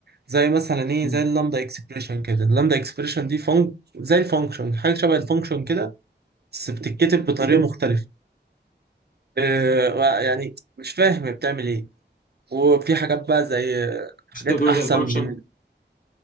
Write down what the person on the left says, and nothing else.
مم.
مش انت بتقول
زي الفانكشن